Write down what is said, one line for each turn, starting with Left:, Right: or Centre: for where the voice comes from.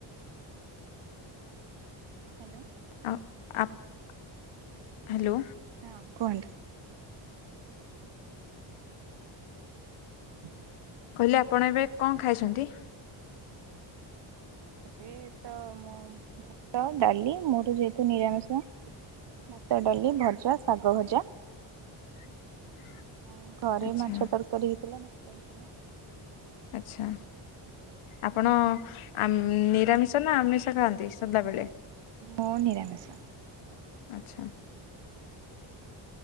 Right: ହ୍ୟାଲୋ।
Left: ହଁ ଆପ‌୍ ଆ ହାଲୋ।
Right: ହଁ କୁହନ୍ତୁ। <inaudible>
Left: କହିଲେ ଆପଣ ଏବେ କଣ ଖାଇଚନ୍ତି?
Right: ଏବେ ତ ମୁଁ ଭାତ ଡାଲି ମୋର ଯେହେତୁ ନିରାମିଷ। ଭାତ, ଡାଲି, ଭଜା, ଶାଗ ଭଜା
Left: <inaudible>
Right: ଆଉ ଘରେ
Left: ଆଚ୍ଛା
Right: ମାଛ ତରକାରୀ ହେଇଥିଲା ଭାତ ହେଇଥିଲା।
Left: ଆଚ୍ଛା। ଆପଣ ଆମ୍ ନିରାମିଷ ନା ଆମିଷ ଖାଆନ୍ତି ସଦାବେଳେ?
Right: ମୁଁ ନିରାମିଷ।
Left: ଆଚ୍ଛା।